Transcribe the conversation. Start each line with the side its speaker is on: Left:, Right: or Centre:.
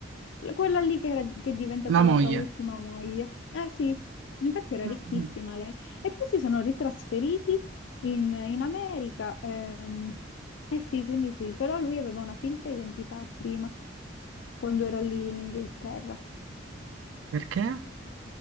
Left: Quella lì che, era- che è diventata
Right: la
Left: la
Right: moglie.
Left: sua ultima moglie. Eh sì, infatti era
Right: Mm,
Left: ricchissima
Right: mm.
Left: lei. E poi si sono ritrasferiti in, in America. ehm, eh sì, quindi sì, però lui aveva una finta identità prima, quando era lì in Inghilterra.
Right: Perché?